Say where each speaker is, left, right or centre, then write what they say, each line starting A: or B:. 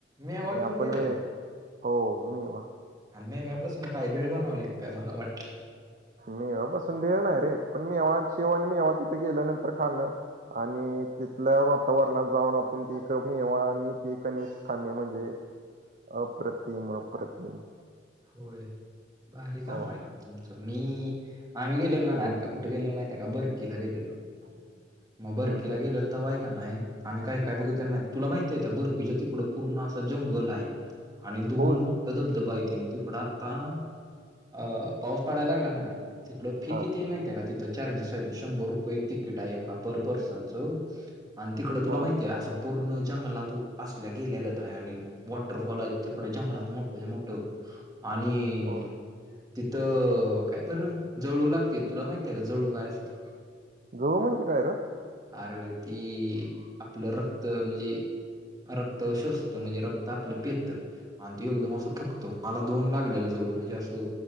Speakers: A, on the right; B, on the right.
A: मेवा घेऊन
B: आपण
A: गेलेला
B: वेळे हो मेवा.
A: आणि मेव्यापासन काय भेळ बनवली काय? मला वाटल.
B: मेवा पासून भेळ नाही रे, पण मेवा शेव आणि मेवा तिथे गेल्या नंतर खाणं- आणि तिथल्या वातावरणात जाऊन आपण ते मेवा आणि ते कनिस खाणे म्हणजे अप्रतिम अप्रतिम
A: होय भारी काम
B: हो
A: हाय लका तुमचं, मी आम्ही गेलो का नाय आता कुठं गेलेलो माहीते का बरकीला गेलेलो.
B: <inaudible>
A: म बरकीला
B: हम्म हम्म
A: गेलेलो तवा हाय का नाय- आम्ही काय काय बघितलेल माहि तुला माहितीय का त्या बर्कीच्या तिकडं पूर्ण असा जंगल हाय. आणि दोन
B: होय
A: मोठ धबधबा हायतीन. तिकडं आता अ पाऊस पडाय लागला का नाय, तिकडं फी
B: हा
A: किती आहे माहती का तिथं चार्जेस हायती शंभर रुपये तिकीटाय एका पर पर्सन चं. आणि तिकड तुला
B: होय
A: माहितीय, असं पूर्ण जंगलातू असल्या गेल्या गत आहे आणि वॉटरफॉल हाइत. तिकड जंगलात मोठंच्या मोठं. आणि
B: होय
A: तिथं काय बरं जळू लागतेत. तुला माहितीय का जळू काय असतं?
B: जळू म्हणजे काय रं?
A: अर ते आपलं रक्त म्हणजे रक्त शोषतं म्हणजे रक्त आपलं पेतं आणि ते एकदम असं फुगतं. मला दोन लागल्यालं जळू, म्हणजे असं